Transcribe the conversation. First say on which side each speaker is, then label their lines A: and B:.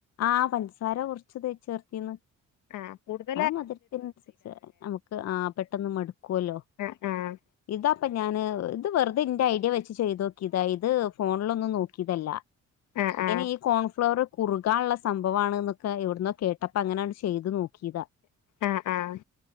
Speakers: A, on the left; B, on the left.
A: ആഹ് പഞ്ചസാര കൊറച്ച് തേച്ച് ചേർത്തീന്ന്
B: ആഹ് കൂടുത
A: അഹ് മധുരത്തിനൻസരിച്ച് നമുക്ക് ആഹ് പെട്ടന്ന് മടുക്കൊല്ലോ
B: ആഹ് ആഹ്
A: ഇതപ്പൊ ഞാന് ഇത് വെറുതെ ഇന്റെ ഐഡിയ വെച്ച് ചെയ്ത് നോക്കിയതാ ഇത് ഫോണിലൊന്നും നോക്കീതല്ല
B: ആഹ് ആഹ്
A: ഇനി ഈ കോൺഫ്ലവർ കുറു കാള്ള സംഭവാണ് ന്നൊക്കെ എവിടന്നോ കേട്ടപ്പ അങ്ങനെയാണ് ചെയ്ത് നോക്കീതാ
B: ആഹ് ആഹ്